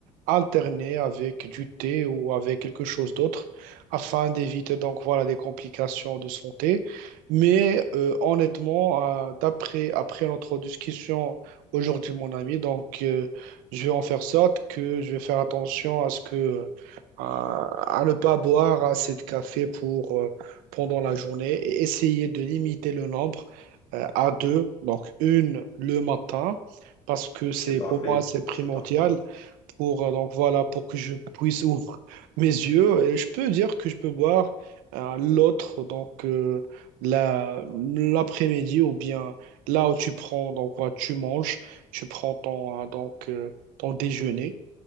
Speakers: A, on the right; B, on the left.
A: alterner avec du thé ou avec quelque chose d'autre afin d'éviter donc voilà des complications de santé. Mais euh, honnêtement, euh, d'après après notre discussion aujourd'hui, mon ami, donc euh, je vais en faire sorte que je vais faire attention à ce que euh, à ne pas boire assez de café pour euh, pendant la journée et essayer de limiter le nombre euh, à deux, donc une le matin. Parce que c'est
B: C'est parfait,
A: pour moi c'est primordial
B: c'est parfait.
A: pour euh, donc voilà pour que je puisse ouvrir mes yeux et je peux dire que je peux boire euh, l'autre donc euh, la l'après-midi ou bien là où tu prends donc voilà tu manges tu prends ton euh, donc euh, ton déjeuner